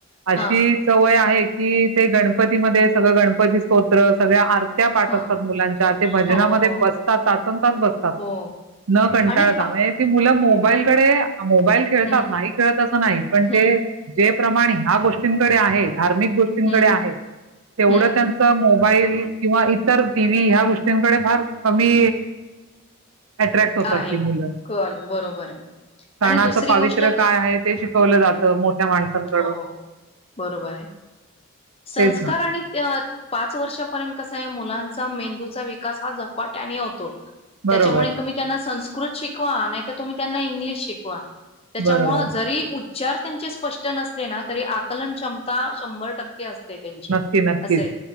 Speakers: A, on the right; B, on the left.
A: अशी
B: हा
A: सवय आहे कि ते गणपतीमध्ये सगळं गणपती स्तोत्र सगळ्या त्या पाठ
B: हा
A: असतात मुलांच्या ते भजनामध्ये
B: हो हो
A: बसतात तू तासंतास बसतात
B: हो
A: न कंटाळता
B: आणि पा
A: म्हणजे ती मुलं मोबाईलकडे मोबाईल खेळतात
B: हम्म
A: नाही खेळत असं नाही पण
B: हं,
A: ते जे प्रमाणे ह्या गोष्टींकडे आहे धार्मिक गोष्टींकडे
B: हं,
A: आहे तेवढं
B: हं.
A: त्यांच मोबाईल किंवा इतर टीव्ही ह्या गोष्टींकडे फार कमी अट्रॅक्ट होतात
B: आहे.
A: ती मुलं
B: कल बरोबर आहे.
A: सणाच
B: आणि दुसरी
A: पावित्र
B: गोष्ट क
A: काय आहे ते शिकवलं जातं मोठ्या माणसांकडून
B: हो, बरोबर आहे संस्कार
A: तेच ना.
B: आणि पाच वर्षापर्यंत मुलांच्या मेंदूचा विकास हा झपाट्याने होतो
A: बरोबर,
B: त्याच्यामुळे संस्कृत शिकवा नाही तर तुम्ही त्यांना इंग्लिश शिकवा त्याच्यामुळे
A: बरोबर.
B: जरी उचार त्यांचे स्पष्ट नसले ना तरी आकलन क्षमता शंभर टक्के असते त्यांची
A: नक्की, नक्कीच.
B: असे